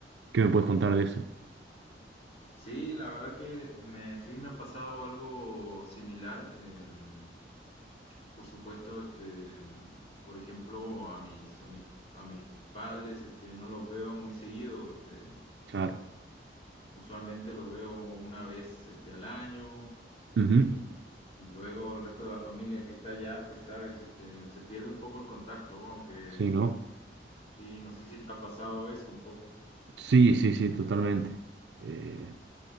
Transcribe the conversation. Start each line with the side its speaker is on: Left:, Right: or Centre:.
Right: qué me puedes contar de eso?
Left: Sí, la verdad que me, sí me ha pasado algo similar. em, por supuesto, este, em, por ejemplo, a mis, a mis, a mis padres, este, no los veo muy seguido, este,
Right: Claro.
Left: usualmente los veo una vez, este, al año.
Right: Ujú.
Left: Y, y- y luego el resto de la familia que está allá, pues sabes, este, se pierde un poco el contacto, aunque
Right: Sí, ¿no?
Left: sí, no sé si te ha pasado eso un poco.
Right: Sí, sí, sí, totalmente. Eh,